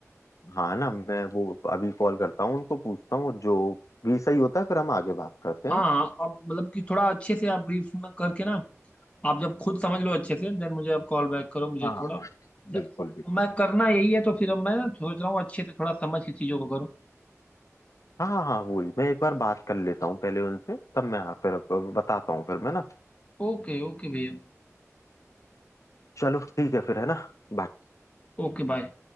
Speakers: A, on the left (about 75°); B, on the left (about 20°).
A: हाँ ना मैं वो अभी कॉल करता हूँ उनको पूछता हूँ जो भी सही होता है फिर हम आगे बात करते
B: हाँ
A: हैं ना
B: आप मतलब कि थोड़ा अच्छे से आप ब्रीफ में करके ना आप जब खुद समझ लो अच्छे से देन मुझे आप कॉल बैक करो मुझे
A: हाँ हाँ
B: थोड़ा
A: हाँ,
B: ज-
A: बिल्कुल बिल्कुल
B: मैं करना यही है तो फिर अब मैं ना सोच रहा हूँ अच्छे से थोड़ा समझ के चीज़ों को करूँ
A: हाँ हाँ हाँ, वही मैं एक बार बात कर लेता हूँ पहले उनसे तब मैं फिर बताता हूँ फिर मैं ना
B: ओके ओके भैया
A: चलो ठीक है फिर है ना bye।
B: Okay bye